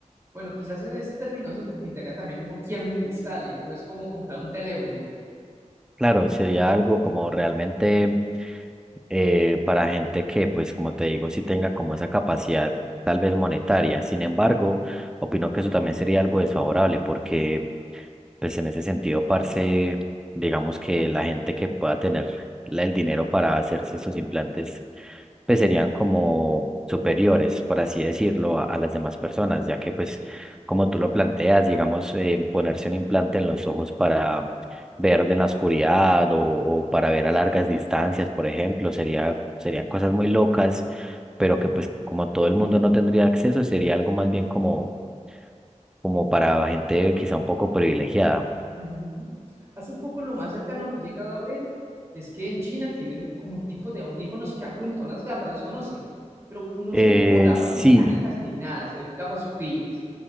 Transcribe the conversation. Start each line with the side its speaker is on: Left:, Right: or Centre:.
Right: Bueno, quizás en ese término sí, porque necesitaría también uno quien lo instale, no es como comprar un teléfono.
Centre: Claro, sería algo como realmente eh, para gente que, pues como te digo, sí tenga como esa capacidad tal vez monetaria. Sin embargo, opino que eso también sería algo desfavorable porque, pues en ese sentido, parce, digamos que la gente que pueda tener la- el dinero para hacerse esos implantes pues serían como superiores, por así decirlo, a, a las demás personas, ya que pues como tú lo planteas, digamos, eh, ponerse un implante en los ojos para ver de la oscuridad o, o para ver a largas distancias, por ejemplo, sería, serían cosas muy locas, pero que pues como todo el mundo no tendría acceso, sería algo más bien como, como para gente quizá un poco privilegiada.
Right: Ujú. Hace poco lo más cercano que he llegado a ver es que en China tienen como un tipo de audífonos que van junto a unas gafas, las conocen, pero no
Centre: Eh,
Right: se ven como gafas
Centre: sí,
Right: mecánicas ni nada, se ven gafas sutiles.